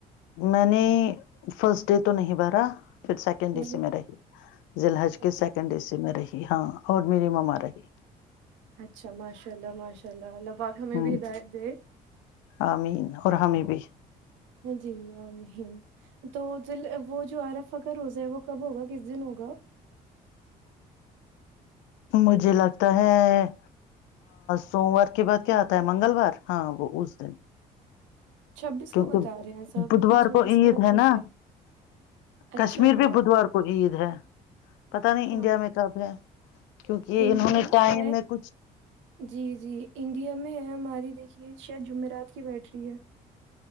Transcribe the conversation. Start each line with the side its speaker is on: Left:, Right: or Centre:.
Left: میں نے فرسٹ ڈے تو نہیں بارا پھر سیکنڈ
Right: ہ
Left: ا سی میں رہی لحج
Right: اچھا
Left: کے سیکنڈ ا سی میں رہی ہاں اور میری مما رہی
Right: اچھا ماشاء اللہ ماشاء اللہ اللہ پاک ہمیں
Left: ہ
Right: بھی ہدایت دے
Left: آمین اور ہمیں بھی
Right: جیجی م تو وہ جو آرف اکر ہوز ہے وہ کب ہوگا کس دن ہوگا
Left: مجھے لگتا ہے سوموار کے بعد کیا آتا ہے منگلوار ہاں وہ اس دن
Right: چھبیس
Left: کیونکہ
Right: کو بتا رہے ہیں سب
Left: بدوار
Right: کہ چھبیس
Left: کو عید
Right: رکھا
Left: ہے نا
Right: جائے اچھا
Left: کشمیر
Right: ہاں
Left: بھی بدوار کو عید ہے پتا نہیں
Right: ہاں
Left: انڈیا میں کب ہے کیونکہ یہ
Right: انڈیا
Left: انہوں نے
Right: میں
Left: ٹائم
Right: ہے
Left: کچھ
Right: جی جی انڈیا میں ہے ہماری دیکھیے شاید جمعرات کی بیٹ رہری ہے